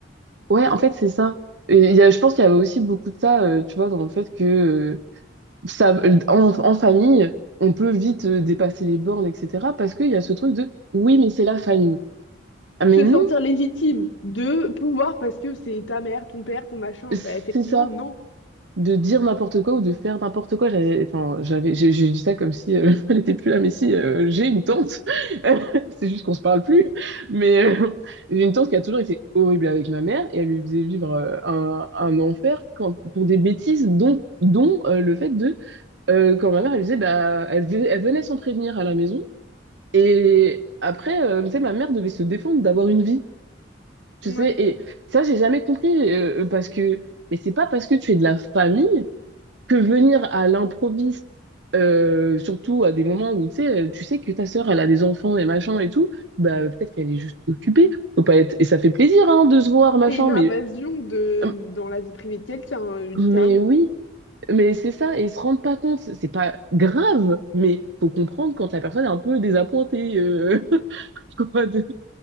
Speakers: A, on the right (about 65°); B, on the left (about 85°).
A: ouais. En fait, c'est ça. Et il y a, je pense qu'il y avait aussi beaucoup de ça, euh, tu vois, dans le fait que euh, ça, en, en famille, on peut vite euh, dépasser les bornes, etc. Parce qu'il y a ce truc de oui, mais c'est la famille. Ah, mais
B: Se
A: non,
B: sentir légitime de pouvoir, parce que c'est ta mère, ton père, ton machin,
A: c'est
B: bah effectivement,
A: ça,
B: non.
A: de dire n'importe quoi ou de faire n'importe quoi. J'avais, enfin, j'avais, j'ai j'ai dit ça comme si euh, <laughs> elle n'était plus là, mais si, euh, j'ai une tante. <laughs> C'est juste qu'on se parle plus. Mais euh, j'ai une tante qui a toujours été horrible avec ma mère et elle lui faisait vivre euh, un, un enfer quand, pour des bêtises, dont, dont euh, le fait de. euh, quand ma mère, elle disait, bah, elle, ve- elle venait sans prévenir à la maison. Et après, euh, tu sais, ma mère devait se défendre d'avoir une vie, tu
B: <laughs>
A: sais. Et ça, j'ai jamais compris euh, euh, parce que, mais c'est pas parce que tu es de la famille que venir à l'improviste, euh, surtout à des moments où tu sais, euh, tu sais que ta sœur, elle a des enfants et machin et tout, bah peut-être qu'elle est juste occupée. Faut pas être... Et ça fait plaisir, hein, de se voir, machin,
B: C'est une
A: mais,
B: invasion de,
A: euh,
B: dans la vie privée de quelqu'un, euh, littéralement.
A: mais oui. Mais c'est ça, et ils se rendent pas compte, c'est pas grave, mais faut comprendre quand la personne est un peu désappointée euh, <laughs> quoi, de,